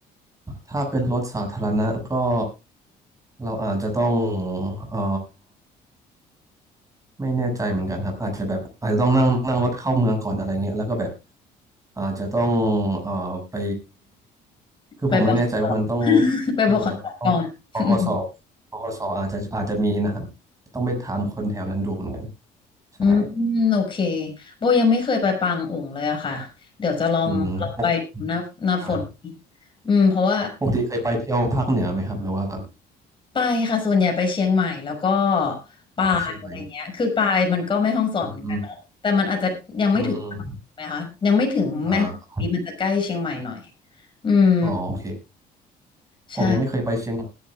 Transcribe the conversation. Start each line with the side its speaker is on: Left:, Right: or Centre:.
Right: ถ้าเป็นรถสาธารณะก็เราอาจจะต้องเอ่อไม่แน่ใจเหมือนกันครับอาจจะแบบอาจจะต้องนั่งนั่งรถเข้าเมืองก่อนอะไรเงี้ยแล้วก็แบบอาจจะต้องเอ่อไปคือผมไม่แน่ใจว่ามันต้อง
Left: ไปบอกต่อ <laughs> ไปบอกขอก่อนอืม
Right: เอ่อต้องปกสอบปกสอาจจะอาจจะมีนะครับต้องไปถามคนแถวนั้นดูเหมือนกันใช่
Left: อืมโอเคโบยังไม่เคยไปปางอุองเลยอะค่ะเดี๋ยวจะลองลองไปดูหน้าหน้าฝนนี้
Right: อืมปกใช่
Left: อืมเพราะว่า
Right: ปกติเคยไปเที่ยวภาคเหนือไหมครับหรือว่า
Left: ไปค่ะส่วนใหญ่ไปเชียงใหม่แล้วก็ปายอะไรเงี้ยคือปายมันก็ไม่ห้องสอนเหมือนกันเนาะแต่มันอาจจะยังไม่ถึงตรังถูกไหมคะยังไม่ถึงแม่ฮ่องสอนดีมันจะใกล้เชียงใหม่หน่อย
Right: ออกไปเชียงใหม่อืมอืมอืมอืม อ่า
Left: อืม
Right: อ๋อโอเค
Left: ใช่
Right: ผมยังไม่เคยไปเชียงใหม่